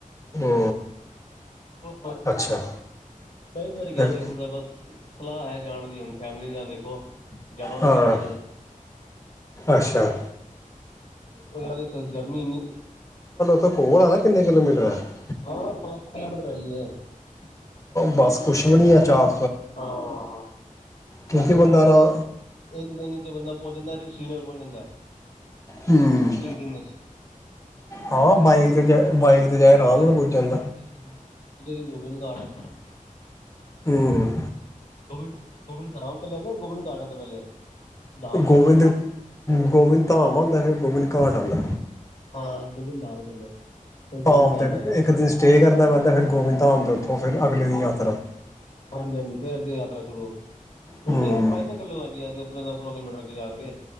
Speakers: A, on the left (about 20°); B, on the left (about 60°).
A: ਹੂੰ
B: ਕਈ
A: ਅੱਛਾ
B: ਵਾਰੀ ਗਿਆ
A: ਫਿਰ
B: <unintelligible> ਬਸ ਸਲਾਹ ਹੈ ਜਾਣ ਦੀ ਹੁਣ ਫੈਮਿਲੀ ਨਾਲ ਦੇਖੋ ਜਾਵਾਂ ਗਾ
A: ਹਾਂ
B: ਫੈਮਿਲੀ ਨਾਲ
A: ਅੱਛਾ
B: ਉਹ ਯਾਰ ਉਥੇ ਗਰਮੀ ਇੰਨੀ
A: ਉਥੇ ਕੋਲ ਆ ਨਾ ਕਿੰਨੇ ਕਿਲੋਮੀਟਰ ਐ
B: ਹਾਂ <unintelligible>
A: ਬਸ ਕੁਛ ਵੀ ਨਹੀਂ ਏ ਚਾਰ
B: ਹਾਂ
A: ਕਿਉਂਕਿ
B: ਨਾਲੇ ਇੱਕ
A: ਬੰਦਾ
B: ਦਿਨ
A: ਰਾ
B: ਇੱਕ ਦਿਨ ਚ ਬੰਦਾ ਪਹੁੰਚ ਜਾਂਦਾ ਸ਼੍ਰੀਨਗਰ ਪਹੁੰਚ ਜਾਂਦਾ
A: ਹੂੰ
B: ਇੱਕ ਦਿਨ ਵਿੱਚ
A: ਹਾਂ
B: ਦੂਜੇ
A: ਬਾਈਕ
B: ਦਿਨ ਦੂ
A: ਤੇ ਜਾ ਬਾਈਕ
B: ਦੂਜੇ
A: ਤੇ ਜਾਏ ਆਰਾਮ ਨਾਲ
B: ਦਿਨ
A: ਪੁੱਜ
B: ਦੂਜੇ
A: ਜਾਂਦਾ।
B: ਦਿਨ ਗੋ ਦੂਜੇ ਦਿਨ ਗੋਬਿੰਦਗੜ੍ਹ
A: ਹੂੰ
B: ਗੋਬਿੰਦ ਗੋਬਿੰਦ ਧਾਮ ਪਹਿਲੇ ਆਦਾ ਗੋਬਿੰਦ ਦਾ ਘਾਟ ਆਂਦਾ ਪਹਿਲੇ ਧਾਮ
A: ਗੋਬਿੰਦ
B: ਹੈ
A: ਗੋਬਿੰਦ ਧਾਮ ਆਂਦਾ ਫੇਰ ਗੋਬਿੰਦ ਘਾਟ ਆਂਦਾ
B: ਹਾਂ ਗੋਬਿੰਦ ਧਾਮ ਏ ਪਹਿਲੇ ਫਿਰ ਗੋਬਿੰਦ
A: ਧਾਮ
B: ਘਾਟ
A: ਤੇ ਫਿਰ
B: ਹੈਗਾ
A: ਇੱਕ ਦਿਨ ਸਟੇਅ ਕਰਨਾ ਪੈਂਦਾ ਫਿਰ ਗੋਬਿੰਦ ਧਾਮ ਤੇ ਉੱਥੋਂ ਫਿਰ ਅਗਲੇ ਦਿਨ ਯਾਤਰਾ
B: ਹਾਂਜੀ ਹਾਂਜੀ ਫਿਰ ਅੱਗੇ ਯਾਤਰਾ ਸ਼ੁਰੂ ਹੁਣ
A: ਹੂੰ।
B: ਤਾਂ ਯਾਰ ਬਾਈਕਾਂ ਚੱਲਣ ਲੱਗਈਆ ਪੰਦਰਾਂ ਸੋਲਾਂ ਕਿਲੋਮੀਟਰ ਅੱਗੇ ਜਾਣਗੇ